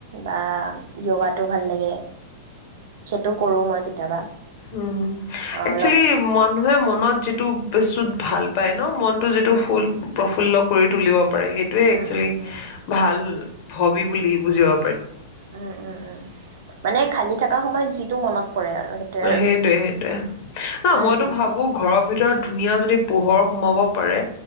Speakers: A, on the right; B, on the left.
A: বা। য়গাটো ভাল লাগে সেইটো কৰোঁ মই কেতিয়াবা।
B: উম,
A: অ',
B: একচেলি
A: অলপ
B: মানুহে মনত যিটো <unintelligible> ভাল পায় ন? মন- যিটো
A: উম,
B: ফুল প্ৰফুল্ল কৰি তুলিব পাৰে সেইটোৱে
A: হম,
B: একচুৱেলি
A: হম, উম, উম, উম,
B: ভাল। হবি বুলি বুজোৱা।
A: উম, উম, উম মানে খালি থকা সময়ত যিটো মনত। পৰে আৰু আৰু
B: সেইটোৱে সেইটোৱে অ',
A: উম,
B: মইতো
A: উম,
B: ভাবো ঘৰৰ ভিতৰত ধুনীয়া যদি পোহৰ সোমাব পাৰে।